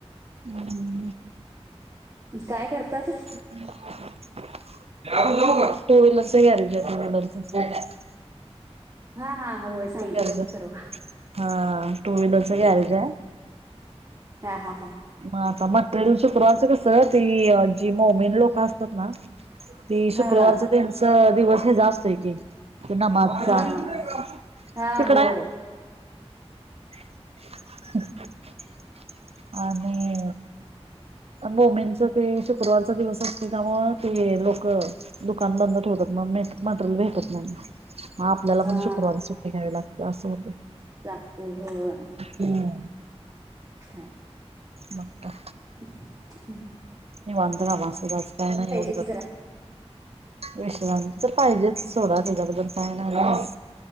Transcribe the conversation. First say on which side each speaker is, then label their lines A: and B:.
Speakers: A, on the right (about 65°); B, on the right (about 30°).
A: हम्म
B: काय करतात
A: टू व्हीलर गॅरेज हाय, टू व्हीलरचं
B: हा हा हा होय सांगितलं
A: गॅरेज
B: लाइक करो.
A: हा टू व्हीलरच गॅरेज हाय
B: हा हा हा
A: म आता मटेरियल शुक्रवारच कस ती जी मोमेन लोकं असतात ना. ती
B: हा
A: शुक्रवारच त्यांच दिवस हेजा असतोय की त्यो नमाजचा.
B: हा
A: तिकड
B: हा होय
A: हाय <inaudible> आणि मोमीनच ते शुक्रवारचा दिवसच असतो त्याच्यामुळे ते लोक दुकान बंद ठेवतात म्हणून मटेरियल भेटत नाही मग आपल्याला
B: हा
A: पण शुक्रवारी सुट्टी घ्यावी लागते असं होते
B: लागते होय..
A: हम्म.
B: हा
A: मग काय
B: हम्म
A: निवांत झाले असते <unintelligible> काय ना एवढी
B: की
A: कर
B: जरा
A: विश्रांती तर पाहिजेच सोडा त्याच्याबद्दल काय नाही